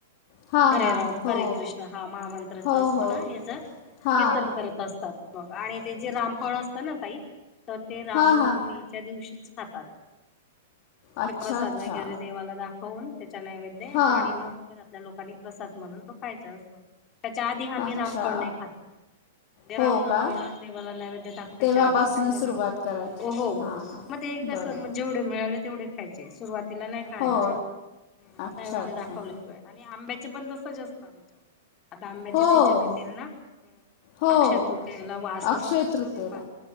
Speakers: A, on the left; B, on the left.
A: हां
B: हरे
A: हां
B: राम
A: हो
B: हरे कृष्ण हा महामंत्र चा
A: हो
B: असतो
A: हो
B: ना, याच.
A: हां
B: कीर्तन करत असतात, आणि ते जे रामफळ असतं ना ताई, तर ते रामनवमी
A: हां हां
B: त्या दिवशीच खातात,
A: अच्छा
B: ते प्रसाद
A: अच्छा
B: वगैरे देवाला दाख ऊन त्याचा नैवेद्य,
A: हां
B: आणि मग घरातल्या लोकांनी प्रसाद म्हणून तो खायचा असतो. त्याच्या आधी आम्ही
A: अच्छा
B: रामफळ नाही खात, म्हणजे रामनवमीला
A: हो का
B: देवाला नैवेद्य दाखवायच्या
A: तेव्हापासनं
B: आधी, आणि मग,
A: सुरुवात करायची
B: हो
A: हां हां
B: मग ते कसं
A: बरं बरं
B: जेवढे मिळाले तेवढे, खायचे, सुरुवातीला नाही खायचे,
A: हो अच्छा
B: नैवेद
A: अच्छा
B: दाखवले आणि आंब्याचे पण तसंच असतं आमचं, आता आंब्याचे
A: हो
B: सीजन येतील ना.
A: हो
B: अक्षयतृतियेला वास
A: अक्षय
B: असतो म
A: तृतीयेला
B: तेव्हा